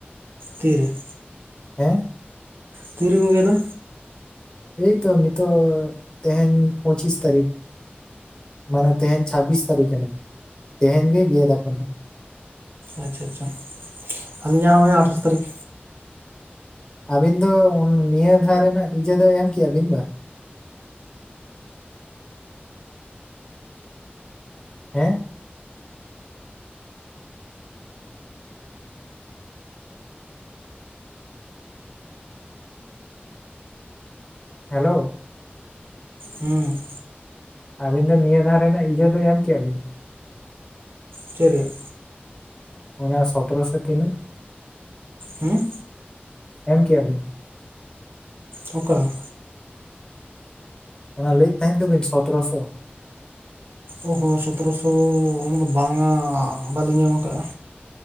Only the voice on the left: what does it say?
ᱦᱮᱸ?
ᱮᱭᱛᱚ ᱱᱤᱛᱚᱜ ᱛᱮᱦᱮᱧ ᱯᱚᱸᱪᱤᱥ ᱛᱟᱨᱤᱠ, ᱢᱟᱱᱮ ᱛᱮᱦᱮᱧ ᱪᱷᱟᱵᱵᱤᱥ ᱛᱟᱨᱤᱠ ᱠᱟᱱᱟ, ᱛᱮᱦᱮᱧ ᱜᱮ ᱜᱮᱫᱟ ᱠᱚ ᱦᱟᱸᱜ᱾
ᱟᱵᱤᱱ ᱫᱚ ᱱᱤᱭᱟᱹ ᱫᱷᱟᱣ ᱨᱮᱱᱟᱜ ᱤᱡᱟᱹ ᱫᱚ ᱮᱢ ᱠᱮᱭᱟ ᱵᱤᱱ ᱵᱟ? ᱦᱮᱸ? ᱦᱮᱞᱳᱣ᱾
ᱟᱹᱵᱤᱱ ᱫᱚ ᱱᱤᱭᱟᱹ ᱫᱷᱟᱣ ᱨᱮᱱᱟᱜ ᱤᱡᱟᱹ ᱫᱚ ᱮᱢ ᱠᱮᱭᱟ ᱵᱤᱱ?
ᱚᱱᱟ ᱥᱚᱛᱨᱚ ᱥᱮ ᱛᱤᱱᱟᱹᱜ?
ᱮᱢ ᱠᱮᱜ-ᱟ ᱵᱤᱱ?
ᱚᱱᱟ ᱞᱟᱹᱭᱮᱫ ᱛᱟᱦᱮᱸᱫ ᱫᱚ ᱵᱤᱱ ᱥᱚᱛᱨᱚ ᱥᱚ,